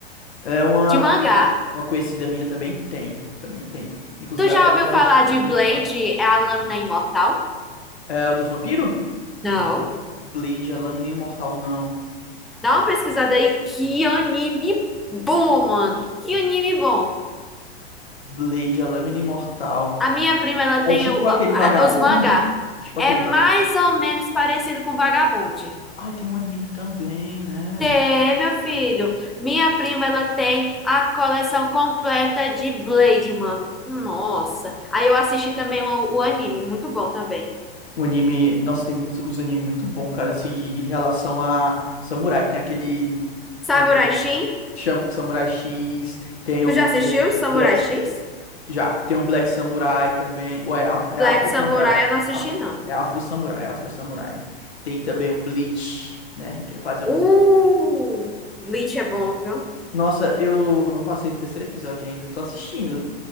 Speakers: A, on the left (about 85°); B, in the centre.
A: É uma,
B: de mangá.
A: uma, conhe- uma conhecida minha também tem. Também tem. Inclusive,
B: Tu
A: ela
B: já
A: tem
B: ouviu
A: uma lojinha
B: falar de Blade,
A: e tal.
B: é a lâmina imortal?
A: É o do vampiro?
B: Não.
A: Blade, a Lâmina Imortal, não.
B: Dá
A: A
B: uma pesquisada aí. Que anime bom, mano. Que anime bom.
A: Blade, a Lâmina Imortal.
B: A minha prima, ela tem
A: É tipo
B: o-
A: aquele
B: a-
A: vagabonde.
B: a- os mangá.
A: Tipo
B: É
A: aquele.
B: mais ou menos parecido com Vagabond.
A: Ai, tem um anime também, né?
B: Tem, meu filho. Minha prima, ela tem a coleção completa de Blade, mano. Nossa. Aí eu assisti também o, o anime, muito bom também.
A: O anime. Nossa, tem muitos, uns animes muito bons, cara, assim, de em relação a samurai. Tem aquele.
B: Samurai
A: é,
B: X?
A: Cham- Samurai X, tem o
B: Tu já assistiu
A: Black,
B: Samurai
A: Black-
B: X?
A: Já, tem o Black Samurai também. Ou é, Af- é
B: Black
A: Afro
B: Samurai
A: Samurai.
B: eu não assisti,
A: Afro,
B: não.
A: é Afro Samurai, é Afro Samurai. Tem também o Bleach, né? Que é quase a
B: Uh!
A: mesma coisa.
B: Bleach é bom, viu?
A: Nossa, eu não passei do terceiro episódio ainda. Tô assistindo.